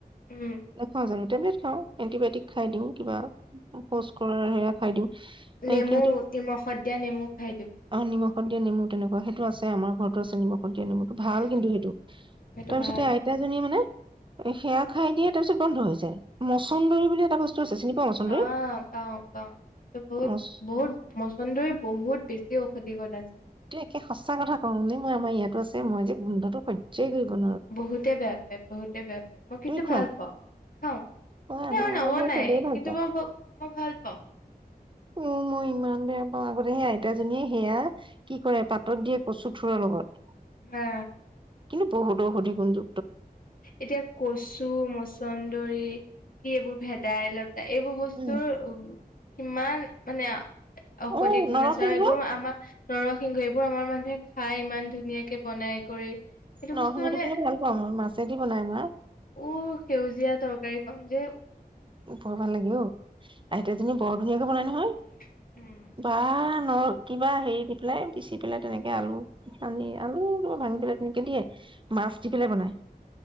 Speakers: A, on the left; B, on the right.
A: উম
B: নেখাওঁ জানো টেবলেট খাও, এণ্টিবায়টিক খাই দিও, কিবা শৌচ কৰাৰ হেয়া খাই দিও।
A: নেমু
B: এ, কিন্তু
A: নিমখত দিয়া নেমু খাই দিওঁ
B: অ নিমখত দিয়া নেমু তেনেকুৱা সেইটো আছে আমাৰ ফটোৰ <inaudible> <inaudible> নেমুটো
A: উম
B: ভাল কিন্তু সেইটো,
A: সেইটো
B: তাৰপিছতে,
A: ভাল
B: আইতাজনীয়ে মানে সেইয়া খাই দিয়ে ত বন্ধ হৈ যায়। মচন্দৰী বুলি এটা বস্তু আছে চিনি পোৱা মচন্দৰী
A: অ, পাও, পাও, সেইটো বহুত,
B: মচ
A: বহুত মছনদৈৰ, বহুত বেছি ঔষধি <unintelligible>
B: এ, সঁচা কথা কওঁ, নে মই আমাৰ ইয়াতো আছে, মই যে গোন্ধটো হৈয্যই কৰিব নহয়।
A: বহুতে বেয়া পায়, বহুতে বেয়া পায়, মই কিন্তু
B: তুমি খোৱা
A: ভাল পাও, খাও
B: হয়
A: স
B: ন আমাৰ
A: নবনাই,
B: ঘৰত চবেই ভাল
A: কিন্তু
B: পায়
A: মই মই ভাল পাও।
B: উ, মই ইমান বেয়া পাও, আগতে সেই আইতাজনীয়ে সেয়া কি কৰে, পাতত দিয়ে কচুথোৰৰ লগত।
A: হা
B: কিন্তু বহুত <unintelligible> গধু
A: এতিয়া কচু মচন্দৰী, কি এইবোৰ ভেদাইলত এ, এইবোৰ
B: উম
A: বস্তুৰ কিমান মানে ঔষধিক
B: অ নৰসিংহ
A: গুণচাৰ, এইবোৰ আমাৰ নৰসিংহ, এইবোৰ আমাৰ মানুহে খাই ইমান ধুনীয়াকে বনাই কৰি। এইটো
B: নসিংহটো,
A: বস্তু মানে
B: কিন্তু ভাল পাও, ম‌ই মাছ দি বনাই মা
A: উ, সেউজীয়া তৰকাৰীখন যে,
B: বৰ ভাল লাগিল অই, আইটা বৰ ধুনীয়াকে বনাই নহয়।
A: উম
B: বা নৰসিংহ কিবা হেৰি দি পেলাই, পিচি পেলাই, তেনেকে আলু আনি আলু কিবা ভাঙি পেলাই, তেনেকে দিয়ে মাছ দি পেলাই বনাই।